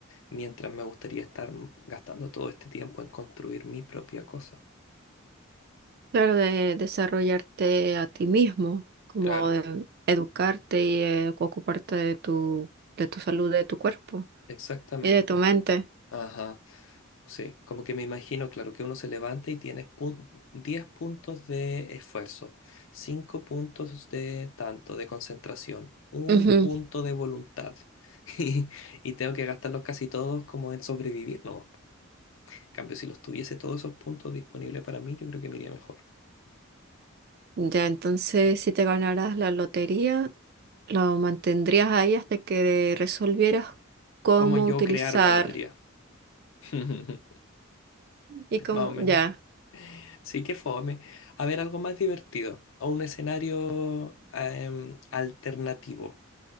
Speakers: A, on the left (about 65°); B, on the right (about 50°).
A: mientras me gustaría estar gastando todo este tiempo en construir mi propia cosa.
B: claro, de desarrollarte a ti mismo, como
A: Claro,
B: de educarte y eh, ocuparte de tu, de tu salud, de tu cuerpo
A: exactamente.
B: y de tu mente.
A: Ajá. Sí, como que me imagino, claro, que uno se levanta y tienes pun- 10 puntos de esfuerzo, 5 puntos de tanto, de concentración, un
B: Ujú.
A: punto de voluntad. <laughs> Y, y tengo que gastarlos casi todos como en sobrevivir, ¿no? En cambio, si los tuviese todos esos puntos disponibles para mí, yo creo que me iría mejor.
B: Ya, entonces si te ganaras la lotería, lo mantendrías ahí hasta que resolvieras cómo
A: Como yo
B: utilizar.
A: crear una lotería. <laughs>
B: Y como,
A: Más o menos.
B: ya,
A: Sí que fome. A ver, algo más divertido o un escenario em, alternativo.